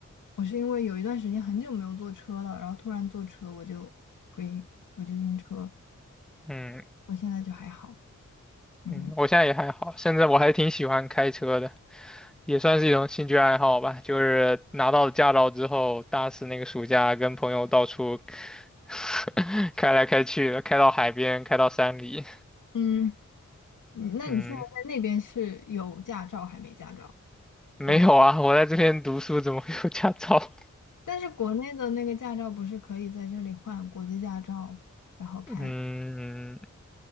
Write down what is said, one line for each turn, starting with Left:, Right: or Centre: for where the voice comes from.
Left: 我是因为有一段时间很久没有坐车了，然后突然坐车我就会我就晕车，
Centre: 嗯
Left: 我现在就还好，嗯
Centre: 嗯，我现在也还好，甚至我还挺喜欢开车的，也算是一种兴趣爱好吧。就是拿到了驾照之后，大四那个暑假跟朋友到处 <laughs> 开来开去的，开到海边，开到山里。
Left: 嗯。嗯那你现在在那边是有驾照还没驾照？
Centre: 嗯，没有啊，
Left: 我，
Centre: 我在这边读书怎么会有驾照？
Left: 但是国内的那个驾照不是可以在这里换国际驾照，然后开，
Centre: <laughs> 嗯，